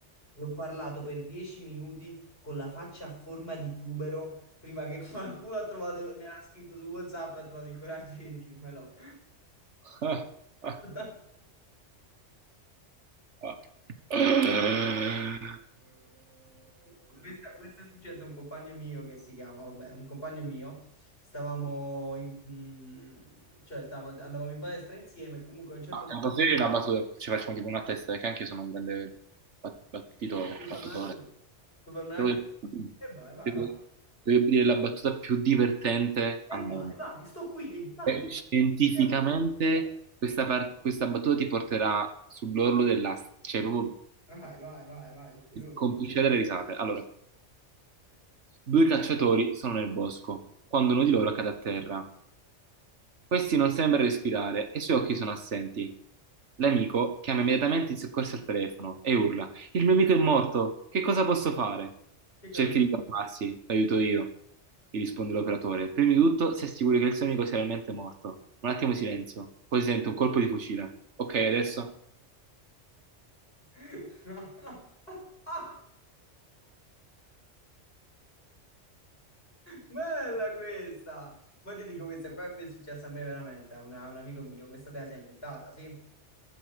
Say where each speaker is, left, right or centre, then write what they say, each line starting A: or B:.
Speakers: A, on the left; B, on the right.
A: E Ho parlato per 10 minuti con la faccia a forma di tubero prima che <laughs> qualcuno ha trovato, me l'ha scritto su WhatsApp e ha trovato il coraggio di dirmelo.
B: Ah, ah,
A: <laughs>
B: ah. Eh,
A: Questa- Questo è successo a un compagno mio che si chiama, vabbè, un compagno mio, stavamo in, mm, cioè stavamo- andavamo in palestra insieme, comunque a un certo
B: Ah,
A: punto,
B: Una battuta, una battuta. Ci facciamo tipo una testa, eh, che anche io sono un grande bat- battitore,
A: puoi farmela
B: battutore.
A: anche tu, puoi farmela
B: Devo,
A: anche tu, e vai, vai,
B: devo-
A: vai,
B: devo dire la battuta più divertente
A: e
B: al mondo.
A: vai, vai, sto qui, e vai,
B: Eh, scientificamente
A: vediamo che, vediamo.
B: questa, par- questa battuta ti porterà sull'orlo dell'asta, cioè proprio
A: vai, vai, vai, vai, sono curioso,
B: complicità delle risate. Allora, due cacciatori sono nel bosco, quando uno di loro cade a terra. Questi non sembra respirare e i suoi occhi sono assenti. L'amico chiama immediatamente il soccorso al telefono e urla: Il mio amico è morto, che cosa posso fare?
A: che cosa...
B: Cerchi di calmarsi, l'aiuto io, gli risponde l'operatore. Prima di tutto, si assicuri che il suo amico sia realmente morto. Un attimo di silenzio, poi si sente un colpo di fucile. Ok, adesso?
A: <laughs> Bella questa! Ma ti dico questa qua mi è successa a me veramente, a, una- a un amico mio, questa te la sei inventata, sì? Eh,